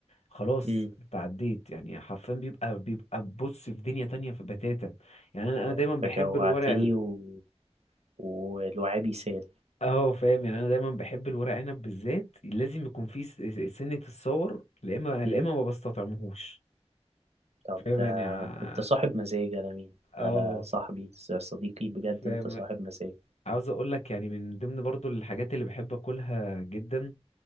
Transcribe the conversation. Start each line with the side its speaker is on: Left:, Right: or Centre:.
Left: خلاص
Right: أمم،
Left: انت عديت يعني حرفيا بيبقى بيبقى بص في دنيا تانية في بتاتا يعني أنا
Right: يا
Left: أنا دايما
Right: انت
Left: بحب
Right: جوعتني
Left: الورق ال-
Right: و... والوعي بيسال
Left: اه فاهم يعني أنا دايما بحب الورق عنب بالذات لازم يكون فيه س- سنة الصور لا إما لا
Right: أمم،
Left: إما ما بستطعمهوش
Right: طب
Left: فاهم
Right: ده
Left: يعني ع-
Right: انت صاحب مزاج على مين
Left: اه
Right: على صاحبي ص- صديقي بجد
Left: فاهم
Right: انت صاحب مزاج
Left: عاوز اقول لك يعني من ضمن برضو الحاجات اللي بحب اكلها جدا